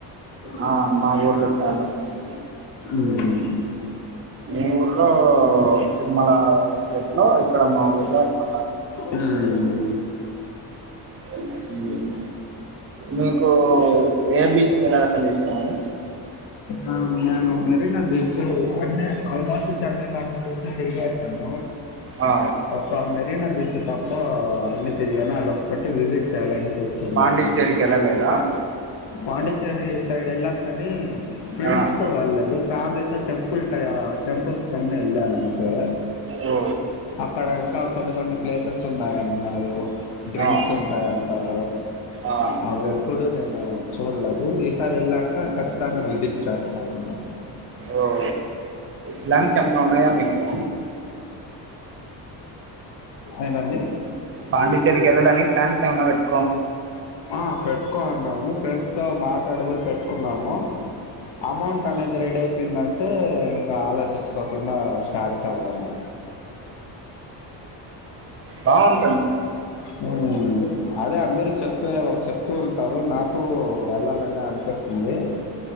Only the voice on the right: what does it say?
ఆ మాఊర్లో ఫేమస్ అండి
మీ ఊర్లో తిరుమలా పెట్లో ఇక్కడ మా ఊర్లో అట్ల
ఉమ్ మీకూ ఏ బీచ్కి వెళ్ళాలంటే ఇష్టమండి
ఆ
పాండిచ్చేరికి వెళ్ళలేదా
ఆ
ఓ
ఆ
ఆ
ఓ ప్లాన్స్ ఏమైనా ఉన్నాయా మీకు
పాండిచ్చేర్రి కెళ్ళడానికి ప్లాన్స్ ఏమైనా పెట్
బావన్